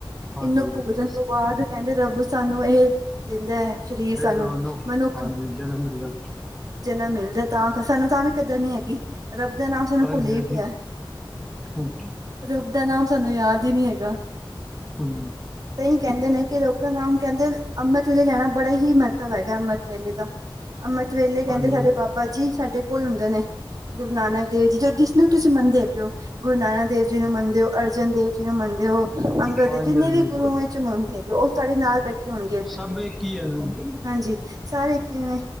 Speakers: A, in the centre; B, on the right.
A: ਹਾਂਜੀ
B: ਇਹਨੂੰ
A: ਹਾਂਜੀ
B: ਭੁਗਤਣ ਤੋਂ।
A: ਸਹੀ
B: ਬਾਅਦ ਕਹਿੰਦੇ ਰੱਬ ਸਾਨੂੰ ਇਹ ਦਿੰਦਾ ਹੈ। ਸਰੀਰ
A: ਫਿਰ
B: ਸਾਨੂੰ
A: ਉਹਨੂੰ
B: ਮਨੁੱਖ।
A: ਹਾਂਜੀ ਜਨਮ ਮਿਲਿਆ
B: ਜੇਨਾ ਮਿਲਦਾ ਤਾਂ ਸਾਨੂੰ ਤਾਂ ਵੀ ਕਿਦਰ ਨੀ ਹੈਗੀ। ਰੱਬ ਦਾ ਨਾਮ ਸਾਨੂੰ
A: ਹਾਂਜੀ
B: ਭੁੱਲ ਹੀ
A: ਹਾਂਜੀ
B: ਪਿਆ
A: ਹੂੰ
B: ਰੱਬ ਦਾ ਨਾਮ ਸਾਨੂੰ ਯਾਦ ਹੀ ਨੀ ਹੈਗਾ।
A: ਹੁੰ
B: ਤਾਂਹੀ ਕਹਿੰਦੇ ਨੇ ਕਿ ਰੱਬ ਦਾ ਨਾਮ ਕਹਿੰਦੇ ਅੰਮ੍ਰਿਤ ਵੇਲੇ ਲੈਣਾ ਬੜਾ ਹੀ ਮਹੱਤਵ ਹੈਗਾ ਅੰਮ੍ਰਿਤ ਵੇਲੇ ਦਾ। ਅੰਮ੍ਰਿਤ ਵੇਲੇ ਕਹਿੰਦੇ
A: ਹਾਂਜੀ
B: ਸਾਡੇ ਬਾਬਾ ਜੀ ਸਾਡੇ ਕੋਲ ਹੁੰਦੇ ਨੇ। ਗੁਰੂ ਨਾਨਕ ਦੇਵ ਜੀ ਜੋ ਜਿਸਨੂੰ ਤੁਸੀਂ ਮੰਨਦੇ ਹੈਗੇ ਹੋ ਗੁਰੂ ਨਾਨਕ ਦੇਵ ਜੀ ਨੂੰ ਮੰਨਦੇ। ਗੁਰੂ ਅਰਜਨ ਦੇਵ ਜੀ ਨੂੰ ਮੰਨਦੇ ਹੋ ਅੰਗਦ
A: ਹਾਂਜੀ
B: ਦੇ ਜਿੰਨੇ ਵੀ ਗੁਰੂ। ਤੁਹਾਡੇ ਨਾਲ ਬੈਠੇ ਹੋਣਗੇ।
A: ਸਭ ਇਹ ਹੀ ਲੋਕੀ।
B: ਹਾਂਜੀ ਸਾਰੇ ਇੱਕ ਹੀ ਨੇ